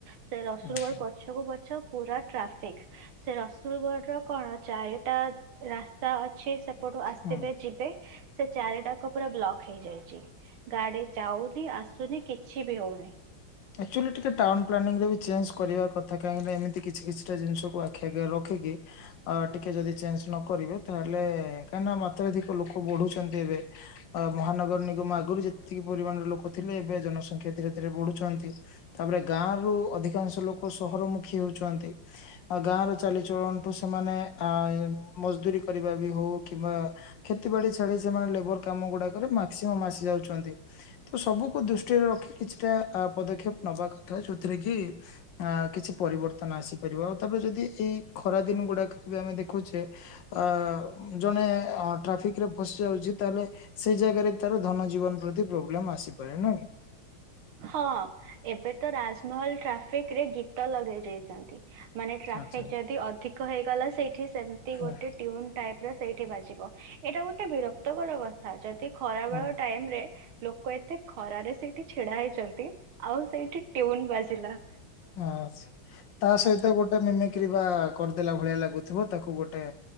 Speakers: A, on the right; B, on the left.
A: ସେ ରସୁ
B: ହୁଁ
A: ଗୋଡ
B: ହୁଁ
A: ପଛକୁ ପଛ ପୁରା ଟ୍ରାଫିକ ସେ ରସୁଲଗଡ଼ ର କଣ ଚାରିଟା ରାସ୍ତା ଅଛି ସେ ଏପଟୁ ଆସିବେ
B: ହୁଁ
A: ଯିବେ ସେ ଚାରିଟାକ ପୁରା ବ୍ଲକ୍ ହେଇଯାଇଛି ଗାଡି ଯାଉନି ଆସୁନି କିଛି ବି ହଉନି।
B: ଆକ୍ଚୁଆଲି ଟିକେ ଟାଉନ ପ୍ଲାନିଂରେ ବି ଚେଞ୍ଜ କରିବା କଥା କାହିଁକିନା ଏମିତି କିଛି କିଛିଟା ଜିନିଷକୁ ଆଖି ଆଗରେ ରଖିକି ଟିକେ ଯଦି ଚେଞ୍ଜ ନ କରିବେ ତାହେଲେ କାହିଁକି ନା ମାତ୍ରାଧିକ ଲୋକ ବଢୁଛନ୍ତି ଏବେ ମହାନଗର ନିଗମ ଆଗରୁ ଯେତିକି ପରିମାଣର ଲୋକ ଥିଲେ ଏବେ ଜନସଂଖ୍ୟା ଧୀରେ ଧୀରେ ବଢୁଛନ୍ତି। ତାପରେ ଗାଁ ରୁ ଅଧିକାଂଶ ଲୋକ ସହରମୁଖୀ ହଉଛନ୍ତି ଗାଁ ର ଚାଲିଚଳନଠୁ ସେମାନେ ଆ ମଜଦୁରୀ କରିବା ବି ହଉ କିମ୍ବା ଖେତ ବାଡି ଛାଡି ସେମାନେ ଲେବର କାମ ଗୁଡାକରେ ମାକ୍ସିମମ୍ ଆସି ଯାଉଛନ୍ତି ତ ସବୁକୁ ଦୃଷ୍ଟିରେ ରଖି କିଛିଟା ପଦେପ ପଦକ୍ଷେପ ନବା କଥା ଯୋଉଥିରେ କି ଆ କିଛି ପରିବର୍ତ୍ତନ ଆସିପାରିବ ଆଉ ତାପରେ ଯଦି ଏଇ ଖରା ଦିନ ଗୁଡାକ ବି ଆମେ ଦେଖୁଛେ ଅ ଜଣେ ଟ୍ରାଫିକ ରେ ଫସି ଯାଉଛି ତାହେଲେ ସେଇ ଜାଗାରେ ତାର ଧନ ଜୀବନ ପ୍ରତି ପ୍ରୋବ୍ଲେମ ଆସିପାରେ ନାହି।
A: ହଁ ଏବେ ତ ରାଜମହଲ ଟ୍ରାଫିକ ରେ ଗୀତ ଲଗେଇ ଯାଇଛନ୍ତି। ମାନେ ଟ୍ରାଫିକ
B: ଆଚ୍ଛା।
A: ଯଦି ଅଧିକ ହେଇଗଲା ସେଇଠି ସେମିତି
B: ହଁ
A: ଗୋଟେ ଟନ ଟାଇପ ର ସେଇଠି ବାଜିବ ଏଇଟା ଗୋଟେ ବିରକ୍ତକର ଅବସ୍ଥା ଯଦି ଖରାବେଳ
B: ହଁ
A: ଟାଇମ ରେ ଲୋକ ଏତେ ଖରାରେ ସେଇଠି ଛିଡା ହେଇଛି। ଛନ୍ତି ଆଉ ସେଇଠି ଟ୍ୟୁନ ବାସ ଜିଲ୍ଲା
B: ଆ ତା ସହିତ ଗୋଟେ ମିମିକିରି ବା। କରିଦେଲା ଭଳିଆ ଲାଗୁଥିବ ତାକୁ ଗୋଟେ